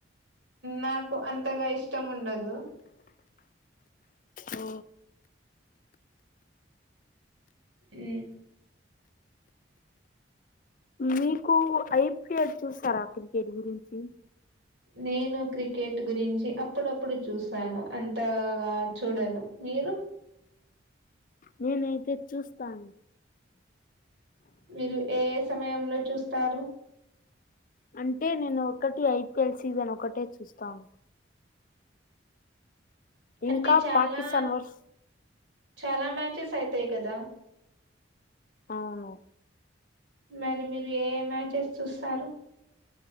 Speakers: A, on the right; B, on the left.
A: నాకు అంతగా ఇష్టం ఉండదు
B: ఓ
A: మ్
B: మీకు ఐపిఎల్ చూస్తారా క్రికెట్ గురించి
A: నేను క్రికెట్ గురించి అప్పుడప్పుడు చూసాను అంతగా చూడను మీరు
B: నేనైతే చూస్తాను
A: మీరు ఏ ఏ సమయంలో చూస్తారు
B: అంటే నేను ఒకటి ఐపిఎల్ సీజన్ ఒకటే చూస్తాను
A: అంటే
B: ఇంకా
A: చాలా
B: పాకిస్తాన్ వర్స్
A: చాలా మ్యాచెస్ అయితాయి కదా
B: అవును
A: మరి మీరు ఏ మ్యాచెస్ చూస్తారు